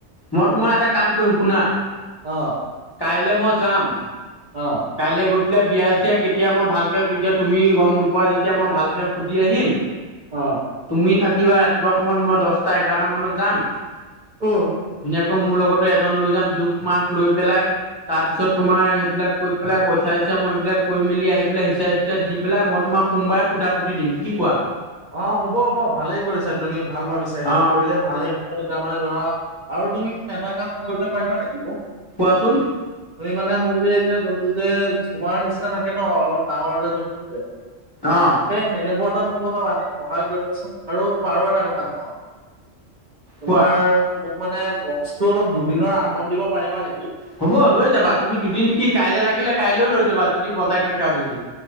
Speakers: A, on the left; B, on the right.
A: মই তোমাৰ এটা কাম কৰিম শুনা
B: অ',
A: কাইলৈ মই যাম,
B: অ',
A: কাইলৈ গৈ পেলাই বিয়া-চিয়া কেতিয়া, মই ভালকে তেতিয়া তুমি গম নোপোৱা যেতিয়া মই ভালকে সুধি আহিম।
B: অ'।
A: তুমি থাকিবা ৰাতিপুৱা সময়ত মই দহটা, এঘাৰটা মানত যাম। ধুনীয়া
B: উম।
A: আকৌ মোৰ লগতে এজন লৈ যাম, জোখ-মাখ লৈ পেলাই তাৰ পিছত তোমাৰ এইবিলাক কৈ পেলাই, পইচা-চইচা মই এইবিলাক কৈ মেলি আহি পেলাই হিচাপ-চিচাপ দি পেলাই, মই তোমাক সোমবাৰে খুটা পুতি দিম। কি কোৱা?
B: অঁ, হ'ব-হ'ব ভালেই কৰিছা তুমি, ভাল ভাবিছা, সেইটো
A: অ
B: কৰিলে ভালেই হ'ব তেতিয়া মানে ধৰা আৰু তুমি এটা কাম কৰিব পাৰিবা নেকি মোক?
A: কচোন
B: তুমি মানে মোক যে এতিয়া যোনটো যে তোমাৰ নিচিনা থাকে ন অলপ ডাঙৰ যে যোনটো যে,
A: অ'।
B: সেই তেনেকুৱা এটা মোক অলপ আ সহায় কৰিবাচোন আৰু-আৰু এটা কথা কওঁ তোমাৰ
A: কোৱা
B: মোক মানে বক্সটো অলপ দুদিনৰ আগত দিব পাৰিবা নেকি?
A: হ'ব লৈ যাবা, তুমি দুদিন কি কাইলে লাগিলে কাইলৈ লৈ যাবা, যদি বজাই থাকা যদি।